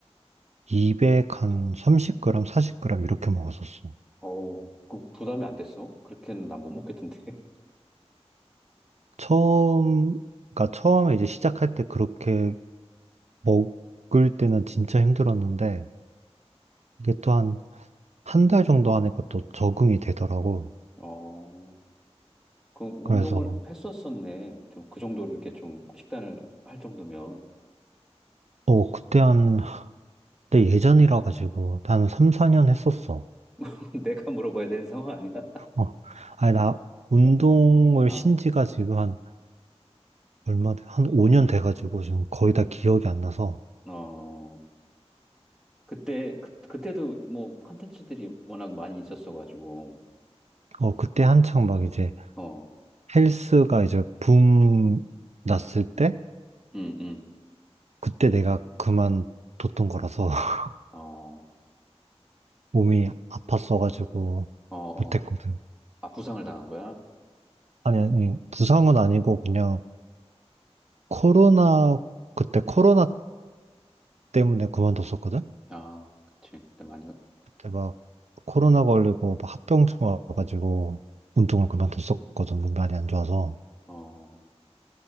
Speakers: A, on the right; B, in the centre.
A: 200, 한 30g, 40g 이렇게 먹었었어.
B: 어우, 그 부담이 안 됐어? 그렇게는 난 못 먹겠던데. <laughs>
A: 처음, 그러니까 처음에 이제 시작할 때 그렇게 먹을 때는 진짜 힘들었는데 이게 또한 한 달 정도 하니까 또 적응이 되더라고.
B: 어, 그 운동을
A: 그래서
B: 했었었네. 좀 그 정도로 이렇게 좀 식단을 할 정도면.
A: 어, 그때 한 근데 예전이라 가지고 나는 3, 4년 했었어.
B: <laughs> 내가 물어봐야 되는 상황 아니야? <laughs>
A: 어. 아니 나 운동을
B: 아,
A: 쉰 지가 지금 한 얼마 돼- 한 5년 돼 가지고 지금 거의 다 기억이 안 나서
B: 어. 그때 그, 그때도 뭐 컨텐츠들이 워낙 많이 있었어가지고
A: 어 그때 한창 막 이제
B: 어,
A: 헬스가 이제 붐 났을 때
B: 음, 음,
A: 그때 내가 그만뒀던 거라서 <laughs>
B: 어,
A: 몸이 아팠어 가지고
B: 어, 어,
A: 못했거든.
B: 아 부상을 당한 거야?
A: 아니 아니 부상은 아니고 그냥 코로나 그때 코로나 때문에 그만뒀었거든.
B: 아, 그치 그때 많이
A: 그때 막 코로나 걸리고 막 합병증 와가지고 운동을 그만뒀었거든. 몸이 이안 좋아서.
B: 어,